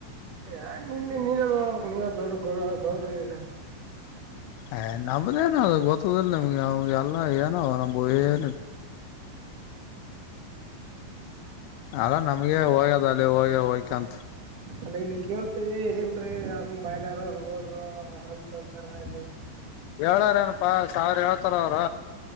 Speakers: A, on the right; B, on the left.
A: ಯ ನಿ ನೀ ಮಾಡೋಬೇಕು ದೊಡ್ಡ ಗೌ ಗೌಡ್ರಿ ಇದೆ
B: ಹ ನಂಬದೇನ ಅದು ಗೊತ್ತದಿಲ್ಲ ನಿಮ್ಗೆ ಅವಗೆ ಎಲ್ಲ ಏನೋ ನಮ ಏನ ಅಲ್ಲ ನಮ್ಗೆ ಹೋಗ್ಯದ ಅಲ್ಲಿ ಹೋಗ್ಯ ಹೋಗ್ಕಂತ
A: ಅಲ್ಲ ಇಲ್ಲಿ ಕೇಳ್ತೀವಿ ಇಲ್ರಿ ಅಂಗ ಬರ ಯಾರಗೋಡರು ಅಂತಂತರ ಇದವಿ
B: ಹೇಳಏರೇನಪ್ಪಾ ಸಾವಿರ ಏಳ್ತ್ತಾರ ಅವ್ರ